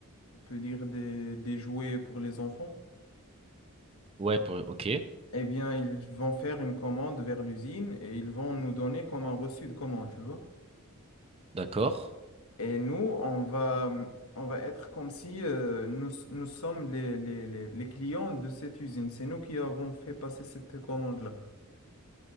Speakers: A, on the left (about 75°); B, on the right (about 25°).
A: on peut dire des, des jouets pour les enfants
B: ouais pour- OK
A: eh bien, ils vont faire une commande vers l'usine et ils vont nous donner comme un reçu de commande, tu vois.
B: d'accord
A: Et nous, on va, on va être comme si euh, nous, nous sommes les, les, les, les clients de cette usine. C'est nous qui avons fait passer cette commande-là.